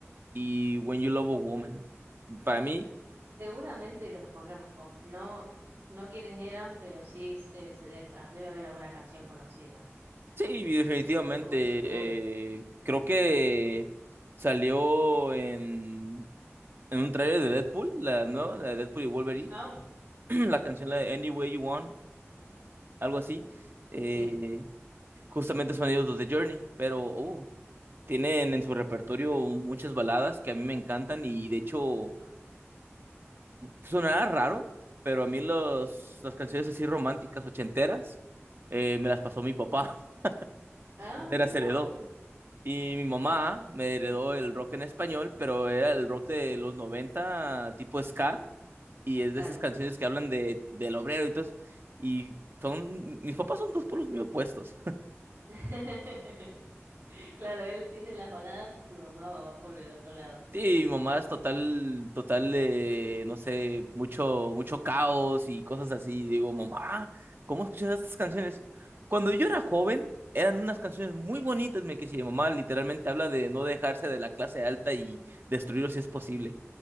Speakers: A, on the right; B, on the right.
A: y When You Love a Woman. Para mí,
B: Seguramente los conozco, no, no quiénes eran, pero sí debe ser, ah, debe haber alguna canción conocida.
A: sí, definitivamente.
B: Seguro, seguro.
A: eh, creo que salió en, en un trailer de Deadpool, la nueva, la de Deadpool y Wolverine.
B: Ah,
A: <clears throat> La canción, la de Any Way You Want, algo así. Eh,
B: sí.
A: justamente son ellos los de Journey, pero uh, tienen en su repertorio muchas baladas que a mí me encantan y de hecho... Sonará raro, pero a mí los, las canciones así románticas, ochenteras, eh, me las pasó mi papá, <laughs>
B: Ah,
A: me las
B: no,
A: heredó.
B: bueno,
A: Y mi mamá me heredó el rock en español, pero era el rock de los 90 tipo ska, y es
B: claro.
A: de esas canciones que hablan de, del obrero y todo eso. Y son, mis papás son dos polos muy opuestos.
B: <laughs> Claro, él tiene las baladas y tu mamá va va por el otro lado.
A: Sí, mi mamá es total, total, eh, no sé, mucho, mucho caos y cosas así. Y Digo, mamá, ¿cómo escuchas estas canciones? Cuando yo era joven, eran unas canciones muy bonitas, me quise. Mi Mamá literalmente habla de no dejarse de la clase alta y destruirlo si es posible.